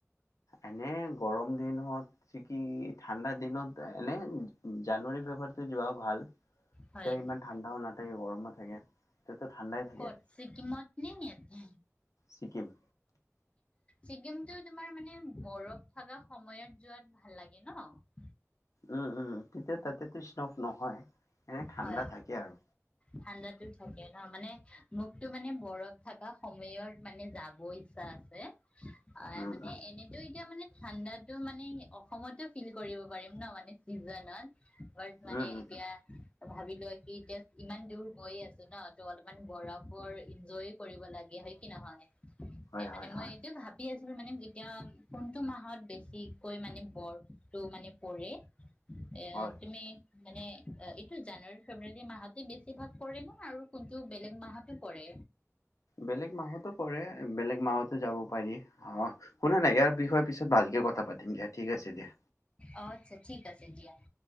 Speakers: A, on the left (about 80°); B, on the left (about 20°).
A: এনে গৰম দিনত ছিকি ঠাণ্ডা দিনত এনে জানুৱাৰী ফেব্ৰুৱাৰীতে যোৱা ভাল। তেতিয়া
B: হয়
A: ইমান ঠাণ্ডাও নাথাকে গৰমো নাথাকে তেতিয়া ঠাণ্ডাই থাকে।
B: ক'ত ছিকিমত নে ইয়াতে
A: ছিকিম।
B: ছিকিমটো তোমাৰ মানে বৰফ থকা সময়ত যোৱাত ভাল লাগে নহঁ
A: উম উম তেতিয়া তাতেতো স্তম্ভ নহয়। এনে ঠাণ্ডা
B: হয়
A: থাকে আৰু
B: ঠাণ্ডাতো থাকে নহঁ মানে মুখতো মানে বৰফ থকা সময়ত মানে যাব ইচ্ছা আছে আহ
A: উম
B: মানে
A: উম
B: এনেত এতিয়া মানে ঠাণ্ডাতো মানে অসমতো ফিল কৰিব পাৰিম নহঁ মানে চিজনত প্ৰায় মানে
A: উম উম
B: এতিয়া ভাবিলোৱা কি এতিয়া ইমান দূৰ গৈয়ে আছো ন ত' অলপমান বৰফৰ এনজয় কৰিব লাগে হয় কি নহয় এ
A: হয়
B: মানে
A: হয়
B: মই
A: হয়
B: এইটো ভাবি আছো। মানে এতিয়া কোনটো মাহত বেছিকৈ মানে বৰফটো মানে পৰে। এ
A: হয়
B: তুমি মানে জানুৱাৰী ফেব্ৰুৱাৰী মাহতে বেছিভাগ কৰে নহঁ আৰু কোনটো বেলেগ মাহতোঁ পৰে।
A: বেলেগ মাহতো পৰে বেলেগ মাহত। যাব পাৰি অ শুনা নাই ইয়াৰ বিষয় পিছত ভালকে কথা পাতিম দিয়া ঠিক আছে দিয়া।
B: অ আচ্ছা ঠিক আছে দিয়া অ